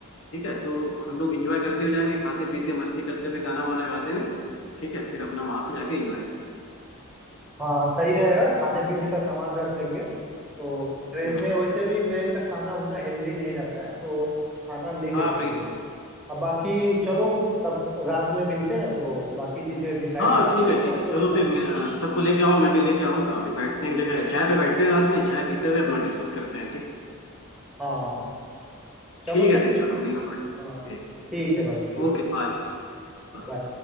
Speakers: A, on the left; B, in the centre.
A: ठीक है तो हम लोग इंजॉय करते हुए जाएंगे खाते पीते मस्ती करते हुए गाना वाना गाते हुए ठीक है फिर अपना वहां पे जाके इंजॉय करेंगे
B: हाँ सही रहेगा खाने पीने का सामान रख लेंगे तो ट्रेन
A: हम्म,
B: में वैसे भी ट्रेन का खाना उतना हेल्दी नहीं रहता है तो खाना लेके
A: हाँ
B: चलेंगे
A: वही तो
B: अब बाकी चलो तब रात में मिलते हैं तो बाकी चीजें डिसाइड
A: हाँ
B: कर
A: ठीक
B: लेंगे
A: है ठीक
B: पांचों
A: है चलो
B: के पांचों
A: फिर मैं अ, सबको लेके आओ मैं भी लेके आऊंगा फिर बैठते हैं एक जगह चाय पे बैठते हैं रात में चाय पीते हुए अपना डिस्कस करते हैं ठीक
B: हाँ चलो
A: ठीक है
B: तब
A: फिर चलो मिलो बाय।
B: हाँ
A: ठीक
B: ठीक है भाई ठीक
A: Okay
B: है
A: bye बाय
B: बाय